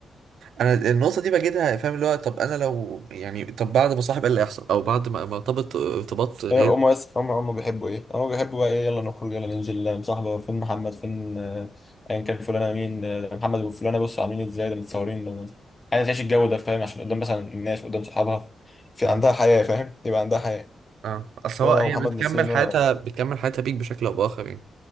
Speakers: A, on the right; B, on the left.
A: أنا النقطة دي بجدها فاهم اللي هو طب أنا لو يعني طب بعد ما صاحب إيه اللي هيحصل أو بعد ما ما ارتبط ارتباط غير
B: هي هما بس هما هما بيحبوا إيه هما بيحبوا بقى إيه يلا نخرج يلا ننزل يلا نصاحبه فين محمد فين آه، أيا كان فلانة مين آه، ده محمد وفلانة بصوا عاملين إيه إزاي ده متصورين ده- عايز تعيش الجو ده فاهم عشان قدام مثلا الناس قدام صحابها في
A: مم.
B: عندها حياة فاهم يبقى عندها حياة
A: اه أصل
B: وأنا
A: هو هي
B: ومحمد
A: بتكمل
B: نسيين
A: حياتها
B: وأنا آه
A: بتكمل حياتها بيك بشكل أو بآخر يعني